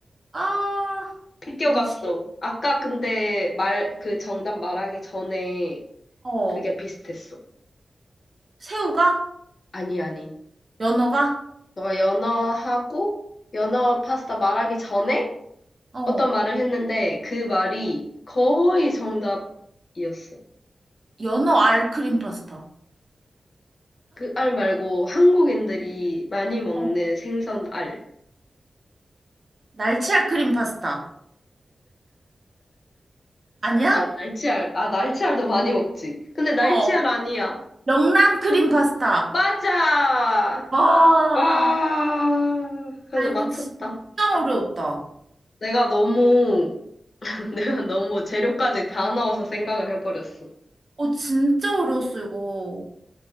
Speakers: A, on the right; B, on the left.
A: 아,
B: 비껴갔어.
A: 뭐지?
B: 아까 근데 말, 그 정답 말하기 전에
A: 어,
B: 그게 비슷했어.
A: 새우가?
B: 아니, 아니.
A: 연어가?
B: 너가 연어하고, 연어 파스타 말하기 전에
A: 어,
B: 어떤 말을 했는데 그 말이 거의 정답이었어.
A: 연어 알크림 파스타.
B: 그 알 말고 한국인들이 많이 먹는
A: 어,
B: 생선 알.
A: 날치 알크림 파스타. 아니야?
B: 아, 날치알. 아, 날치알도 많이 먹지. 근데 날치알
A: 어,
B: 아니야.
A: 명란 크림 파스타.
B: 맞아!
A: 와,
B: 아, 그래도
A: 나 이거
B: 맞췄다.
A: 진짜 어려웠다.
B: 내가 너무, <laughs> 내가 너무 재료까지 다 넣어서 생각을 해버렸어.
A: 어, 진짜 어려웠어, 이거.